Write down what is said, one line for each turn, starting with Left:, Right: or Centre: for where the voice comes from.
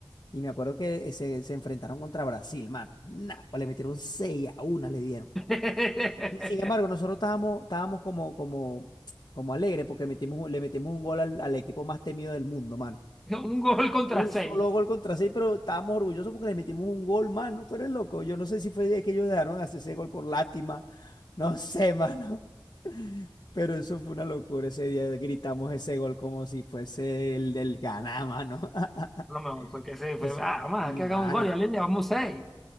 Left: Y me acuerdo que se, se enfrentaron contra Brasil, mano. Nah, pues le metieron 6 a una, le dieron.
Centre: <laughs>
Left: Y sin embargo, nosotros estábamos, estábamos como, como, como alegres porque metimos, un- le metimos un gol al, al equipo más temido del mundo, mano.
Centre: Un gol contra
Left: Un solo
Centre: seis.
Left: gol contra seis, pero estábamos orgullosos porque le metimos un gol, mano. Tú eres loco. Yo no sé si fue de que ellos dejaron hacer ese gol por lástima. No sé, <laughs> mano. Pero eso fue una locura. Ese día gritamos ese gol como si fuese el del Ganá, mano. <laughs>
Centre: Lo mejor fue que se
Left: Es-
Centre: fue, ah, vamos
Left: y,
Centre: que
Left: mano,
Centre: haga un gol, ya le llevamos seis.